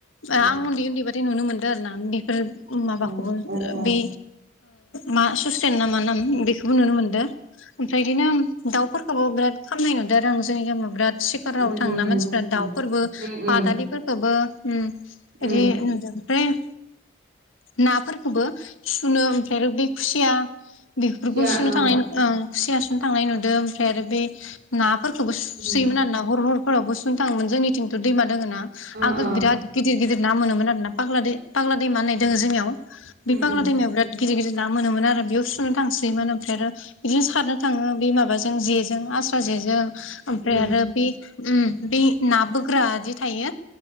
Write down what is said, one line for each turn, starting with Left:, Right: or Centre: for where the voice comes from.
Left: आं
Right: औ
Left: उन्दै उन्दैबथाय नुनो मो नदों आरोना बेफोर माबाखौबो
Right: औ औ औ
Left: बे मा सुसेन ना मा नाम। बेखौबो नुनो मोनदों ओमफ्राय इदिनों दाउफोरखौबो बिराद खामनाय नुदों आरो आं जोंनि गामियाव बिराद सिखराव
Right: उम उम
Left: थांना
Right: उम
Left: मानसिफोरा
Right: उम
Left: दाउफोरबो
Right: उम
Left: बादालिफोरखौबो
Right: उम
Left: उम
Right: उम
Left: इदि नुदों ओमफ्राय नाफोरखौबो सुनो ओमफ्राय आरो बे खुसिया बेफोरखौ
Right: खुसिया
Left: सुनो
Right: औ
Left: थांनाय खुसिया सुनो थांनाय नुदों ओमफ्राय आरो बे ना फोरखौबो सुयोमोन
Right: उम
Left: आर ना हर हरफोरावबो सुनो थाङोमोन जोंनिथिंथ' दैमानि दोङ ना
Right: अ
Left: आगोल
Right: अ
Left: बिराद गिदिर गिदिर ना मोनोमोन आरो ना फाग फाग्ला दै म होननाय दोङो जोंनियाव
Right: उम
Left: बिफाग्ला
Right: उम
Left: दैमायाव बिराद गिदिर गिदिर ना मोनोमोन आरो बेयाव सुनो थांसोयोमोन ओमफ्राय आरो बिदिनो सारनो थाङो बे माबाजों जेजों आस्रा जेजों ओमफ्राय
Right: उम
Left: आरो बे उम बे ना बोग्रा जि थायो